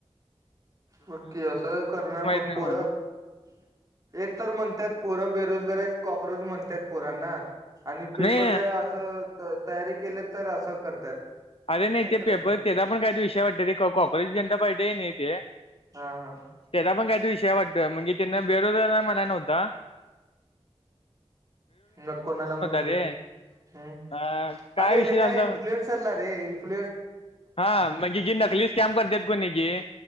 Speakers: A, on the right (about 35°); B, on the left (about 60°).
A: नक्की असं करणार मग
B: नाही
A: पोरक
B: मला.
A: एक तर म्हणतात पोरक बेरोजगारी कॉक्रोच म्हणतात पोरांना आणि पेपर
B: नाही
A: द असं तयारी केली तर असं करतात
B: अरे नाही
A: काय करायचं
B: ते पेपर त्याला पण काही ते विषय वाटत ते काँक्रेजी जनता पार्टी आहे नाही ते
A: हा हा
B: त्याचा पण काय विषय वाटत म्हणजे त्यांना बेरोजगार मणा नव्हता
A: मग कोणाला म्हणलेलं
B: रे
A: ह
B: अ काय
A: अरे
B: विषय
A: हे ना
B: झालता
A: इन्फ्लुएन्स चाला रे प्
B: हा म्हणजे जे नकली स्कॅम करतात कोणी जे